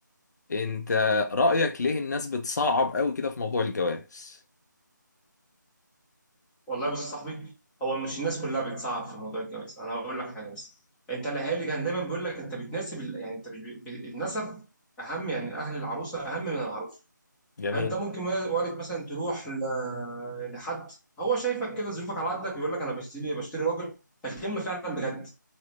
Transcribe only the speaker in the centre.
والله بص يا صاحبي هو مش الناس كلها بتصعب في موضوع الجواز انا هقول لك حاجه بس انت الاهالي كان دايما بيقول لك انت بتناسب ال- يعني انت مش بي- بي- النسب اهم يعني اهل العروسه اهم من العروسه
فانت ممكن وارد مثلا تروح ل- لحد هو شايفك كده ظروفك على قدك يقول لك انا بشتري بشتري راجل فالكلمه فعلا بجد